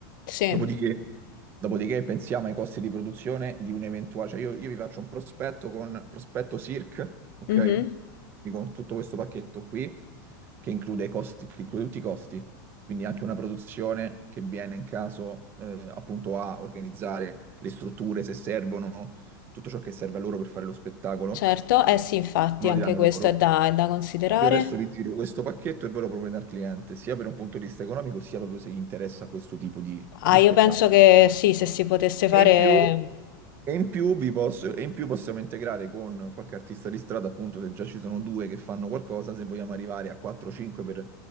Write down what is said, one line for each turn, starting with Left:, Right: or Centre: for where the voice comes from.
Left: Sì.
Right: Dopodiché, dopodiché pensiamo ai costi di produzione di un eventuale... Cioè io, io vi faccio un prospetto con prospetto circ, ok?
Left: Mh-mh.
Right: Quindi Con tutto questo pacchetto qui, che include i costi, che include tutti i costi quindi anche una produzione che viene in caso eh, appunto a organizzare le strutture se servono, tutto ciò che serve a loro per fare lo spettacolo,
Left: Certo, eh sì, infatti
Right: me
Left: anche
Right: lo diranno
Left: questo
Right: loro.
Left: è da è da considerare.
Right: Io adesso vi giro questo pacchetto e ve lo proponete al cliente, sia per un punto di vista economico, sia proprio se gli interessa questo tipo di, di
Left: Ah, io
Right: spettacolo.
Left: penso che sì, se si potesse fare
Right: E in più, e in più vi posso- e in più possiamo integrare con qualche artista di strada, appunto, se già ci sono due che fanno qualcosa, se vogliamo arrivare a 4-5 per